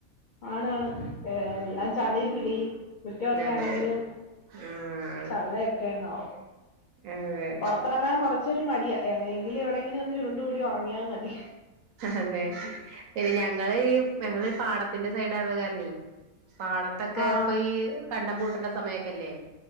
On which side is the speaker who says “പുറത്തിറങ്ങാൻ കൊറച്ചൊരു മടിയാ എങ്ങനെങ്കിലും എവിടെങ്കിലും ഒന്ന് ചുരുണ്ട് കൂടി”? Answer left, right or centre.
Left